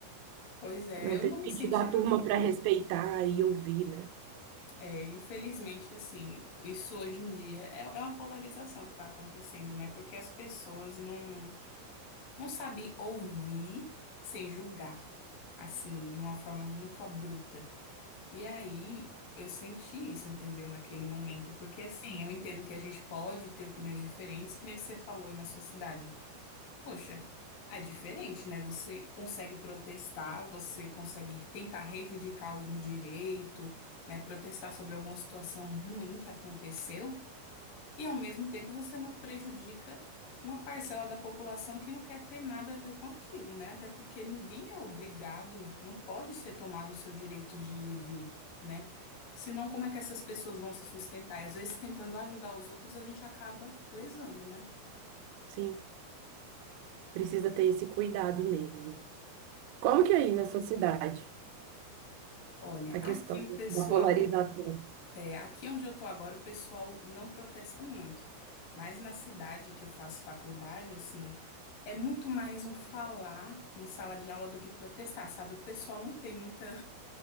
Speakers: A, on the left (about 50°); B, on the right (about 85°).
A: Pois é,
B: Não
A: eu
B: ter
A: não
B: pedido
A: me senti
B: à
A: nada
B: turma para
A: feliz.
B: respeitar e ouvir, né?
A: É, infelizmente, assim, isso hoje em dia é, é uma polarização que está acontecendo, né? Porque as pessoas não. Não sabe ouvir sem julgar, assim, de uma forma muito abrupta. E aí eu senti isso, entendeu? Naquele momento, porque assim, eu entendo que a gente pode ter opiniões diferentes, e que nem você falou aí na sua cidade. Poxa, é diferente, né? Você consegue protestar, você consegue tentar reivindicar algum direito, né? Protestar sobre alguma situação ruim que aconteceu. E ao mesmo tempo você não prejudica uma parcela da população que não quer ter nada a ver com aquilo, né? Até porque ninguém é obrigado, não pode ser tomado o seu direito de ir e vir, né? Senão, como é que essas pessoas vão se sustentar? E às vezes, tentando ajudar os outros, a gente acaba lesando, né?
B: Sim, precisa ter esse cuidado mesmo. Como que é aí na sua cidade
A: Olha,
B: a
A: aqui
B: questão
A: o pessoal
B: da polarização?
A: É, aqui onde eu tô agora, o pessoal não protesta muito. Mas na cidade que eu faço faculdade, assim, é muito mais um falar na sala de aula do que protestar, sabe? O pessoal não tem muita,